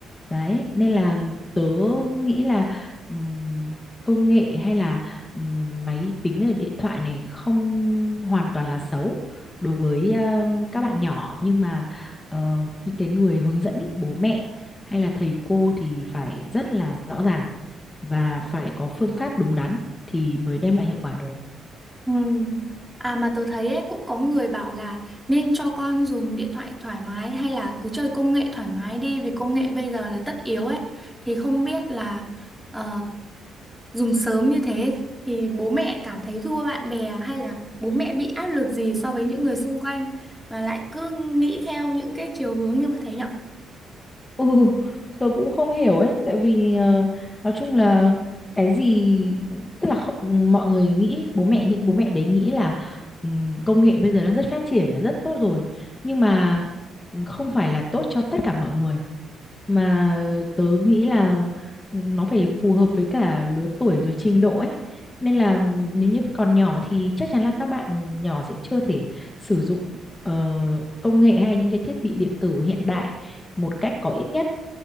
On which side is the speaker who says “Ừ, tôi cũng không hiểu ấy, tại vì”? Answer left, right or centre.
Left